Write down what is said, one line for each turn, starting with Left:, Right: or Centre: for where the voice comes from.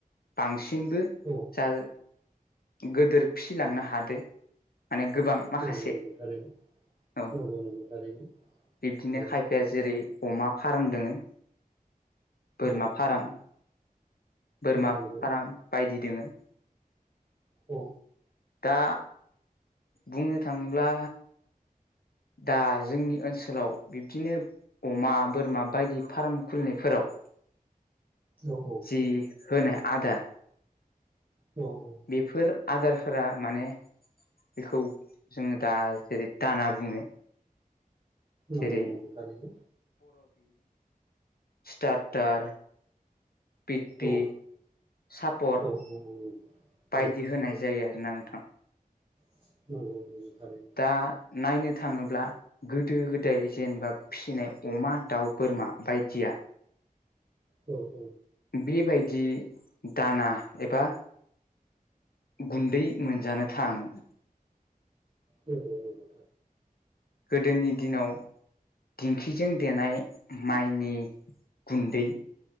Left: बांसिनबो
Right: औ
Left: जा गोदोर फिसिलांनो हादो माने गोबां माखासे
Right: नंगौ नंगौ थारैनो
Left: औ
Right: नंगौ नंगौ थारैनो
Left: बिब्दिनो
Right: औ
Left: खायफाया जेरै अमा फार्म दोङो बोरमा
Right: औ
Left: फार्म बोरमा
Right: नंगौ
Left: फार्म बायदि दोङो
Right: औ
Left: दा बुंनो थाङोब्ला दा जोंनि ओनसोलाव बिब्दिनो अमा बोरमा बायदि फार्म खुलिनायफोराव
Right: औ औ
Left: जि होनाय आदार
Right: औ औ
Left: बेफोर आदारफोरा माने बेखौ जोङो दा जेरै दाना बुङो
Right: नंगौ
Left: जेरै
Right: नंगौ थारैनो
Left: स्टारटार पिट पि
Right: औ
Left: सापर
Right: औ नंगौ
Left: बायदि
Right: औ
Left: होनाय जायो आरोना नोंथां
Right: औ औ नंगौ नंगौ थारैनो
Left: दा नायनो थाङोब्ला गोदो गोदाय जेनेबा फिसिनाय अमा दाउ बोरमा बायदिया
Right: औ
Left: बेबायदि दाना एबा गुन्दै मोनजानो थाङामोन
Right: नंगौ नंगौ
Left: गोदोनि दिनाव दिंख्रिजों देनाय माइनि गुन्दै